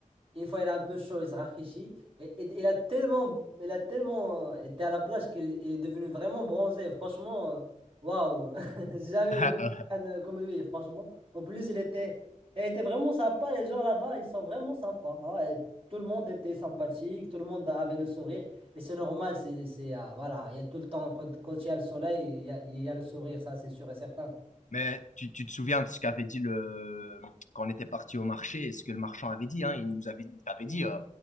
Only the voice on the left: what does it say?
<laughs>
Mais tu, tu te souviens de ce qu'avait dit le... quand on était parti au marché et ce que le marchand avait dit, hein, il nous avait, il t'avait dit euh,